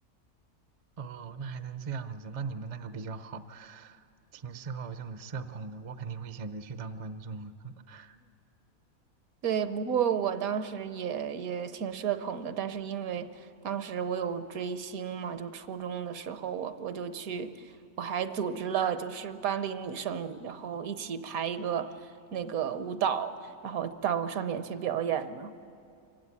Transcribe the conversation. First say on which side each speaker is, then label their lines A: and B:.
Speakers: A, on the right (about 40°); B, on the right (about 70°).
A: 哦，那还能这样子，那你们那个比较好，挺适合我这种社恐的，我肯定会选择去当观众啊。<laughs>
B: 对，不过我当时也也挺社恐的，但是因为当时我有追星嘛，就初中的时候我我就去，我还组织了就是班里女生，然后一起排一个那个舞蹈，然后到上面去表演呢。